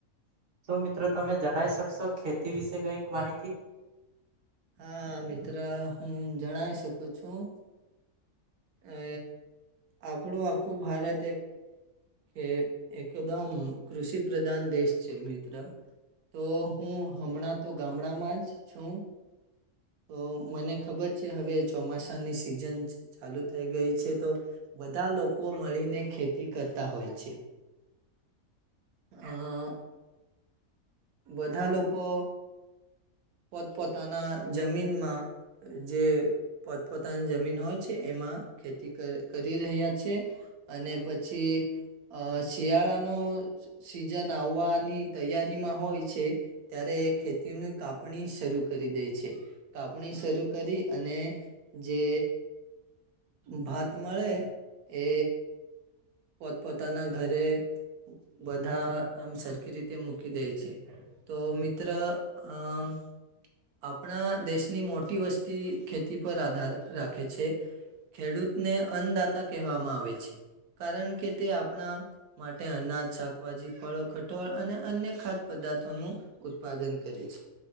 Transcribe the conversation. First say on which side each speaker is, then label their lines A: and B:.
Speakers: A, on the right (about 50°); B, on the right (about 85°).
A: શું મિત્રો તમે જણાઇ શકશો ખેતી વિશે કઈક માહિતી.
B: હા મિત્રા હું જળા ઇ શકું છું. અ આપણું આખું ભારત એક. કે એકદમ કૃષિ પ્રધાન દેશ છે મિત્ર. તો હું હમણાં તો ગામડામાં જ છું. તો મને ખબર છે હવે ચોમાસાની સિઝન. ચાલુ થઈ ગઈ છે તો બધા લોકો મળીને ખેતી કર. હોય છે આ. બધા લોકો પોતપોતાના જમીનમાં. જે પોતપોતાની જમીન હોય છે એમાં ખેતી ક કરી રહ્યા છે. અને પછી. અ શિયાળાનો સિઝન આવવાની તૈયારીમાં. હોય છે ત્યારે એ ખેતીની કાપણી શરૂ કરી દે છે. કાપણી શરૂ કરી અને જે. ભાત મળે એ. પોત પોતાના ઘરે બધા આમ સરખી રીતે મૂકી દે. તો મિત્ર આમ. આપણા દેશની મોટી વસ્તી ખેતી પર આધાર રાખે છે. ખેડૂતને અન્નદાતા કહેવામાં આવે છે. કારણ કે તે આપણા માટે અનાજ શાકભાજી ફળો કઠોળ અને અન્ય ખા. પદાર્થો નું ઉત્પાદન કરે છે.